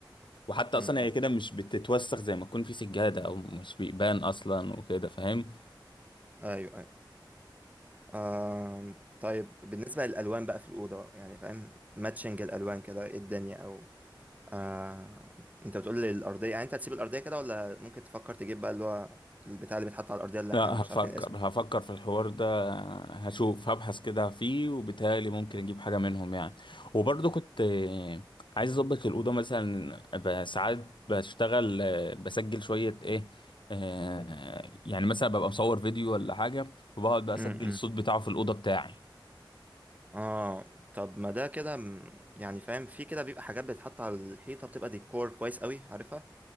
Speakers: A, on the left; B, on the right.
A: وحتى
B: م-م.
A: اصلا هي كده مش بتتوسخ زي ما تكون في سجاده او مش بيبان اصلا وكده فاهم
B: ايوه ايوه آم، طيب بالنسبه للالوان بقى في الاوضه يعني فاهم ماتشنج الالوان كده ايه الدنيا او آه انت بتقول لي الارضيه يعني انت هتسيب الارضيه كده ولا ممكن تفكر تجيب بقى اللي هو البتاع اللي بيتحط على الارضيه اللي
A: لا
B: احنا مش
A: هفكر
B: عارفين اسمه
A: هفكر في الحوار ده هشوف هبحث كده فيه وبالتالي ممكن اجيب حاجة منهم يعني وبرضه كنت آه، عايز اظبط الأوضة مثلا ب- ساعات بشتغل آه، بسجل شوية ايه آه، يعني مثلا ببقى مصور فيديو ولا حاجة وبقعد بقى
B: م-م.
A: اسجل الصوت بتاعه في الأوضة بتاعي
B: اه طب ما ده كده م- يعني فاهم في كده بيبقى حاجات بتتحط على الحيطة بتبقى ديكور كويس قوي عارفها